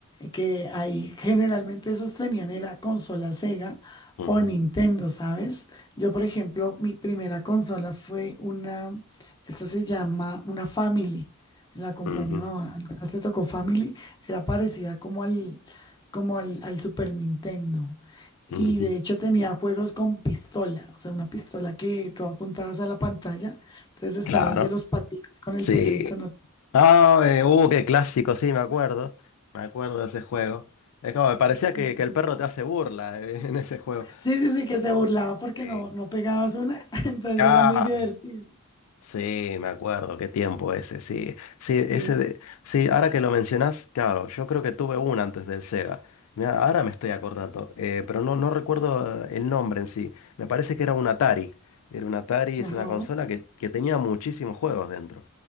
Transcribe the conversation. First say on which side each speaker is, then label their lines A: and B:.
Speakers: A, on the left; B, on the left.
A: que ahí generalmente esos tenían era consola Sega
B: Ujú,
A: o Nintendo, ¿sabes? Yo, por ejemplo, mi primera consola fue una, esta se llama una Family la compró
B: ujú,
A: mi mamá. Alguna vez te tocó Family. Era parecida como al, como al, al Super Nintendo. Y
B: ujú.
A: de hecho tenía juegos con pistola. O sea, una pistola que tú apuntabas a la pantalla. Entonces
B: Claro.
A: estaba el de los paticos con el
B: Sí.
A: perrito. ¿no?
B: Ah, eh, uh, qué clásico, sí, me acuerdo. Me acuerdo de ese juego. Es como, me parecía
A: Sí,
B: que, que
A: sí,
B: el
A: sí.
B: perro te hace burla eh, <laughs> en ese juego.
A: Sí, sí, sí, que se burlaba porque
B: Sí.
A: no, no pegabas una. <laughs> Entonces
B: claro
A: era muy divertido.
B: Sí, me acuerdo, qué tiempo ese, sí. Sí, ese
A: Sí.
B: de- sí, ahora que lo mencionás, claro, yo creo que tuve uno antes del Sega. Mirá, ahora me estoy acordando, eh, pero no, no recuerdo eh, el nombre en sí. Me parece que era un Atari. Era un Atari, es
A: Ajá.
B: una consola que, que tenía muchísimos juegos dentro.